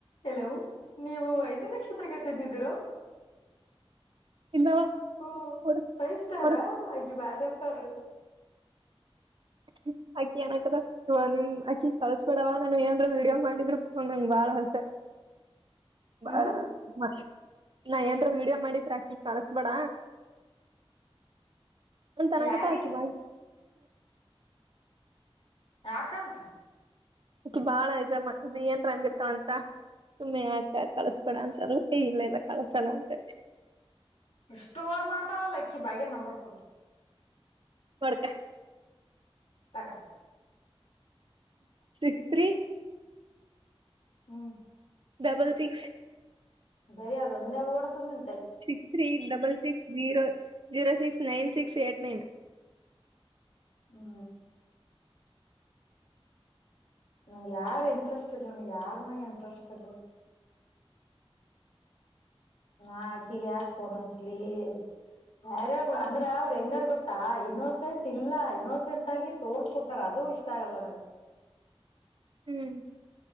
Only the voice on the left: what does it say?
ಹಲೋ ನೀವು ಐದು ನಕ್ಷತ್ರಕ್ಕೆ ತಿಂದಿದ್ದೀರೊ
ಹ್ಮ
ಫೈವ್ ಸ್ಟಾರ
ಬಾರರು ತೊಡ್ರಿಲ್ಸ್
ಹ್ಮ್
ಯಾರಿಗೆ
ಯಾಕಂಕ್
ಸ್ಟೋರ್ ಮಾಡ್ದಾಳಲ್ಲ ಇಕ್ಕಿ ಬಾಗ್ಯನ್ ನಂಬರ್ ಕೊಡು
ತಗಾ
ಹ್ಮ್
ಬರಿ ಅದೊಂದೇ ಓಡ್ತದಿ ನೀ
ಹ್ಮ ನಂಗ ಯಾರ್ ಇಂಟ್ರೆಸ್ಟ್ ಇಲ್ಲ ನನ್ಗೆ ಯಾರ್ ಮಾಗ ಇಂಟ್ರೆಸ್ಟ್ ಇಲ್ಲ ಆಕಿಗೆ ಯಾಕ್ ಪೋನ್ ಆಚ್ಚಲ್ಲಿ ಬರೆ ಅಂದ್ರ ಅವರು ಹೆಂಗಾರ್ ಗೊತ್ತಾ ಇನೋಸೆಂಟ್ ಇಲ್ಲ ಇನೋಸೆಂಟ್ ಆಗಿ ತೋರಸ್ಕೊತ್ತಾರೆ ಅದು ಅದು ಇಷ್ಟ ಆಗಲ್ಲ ನನಗ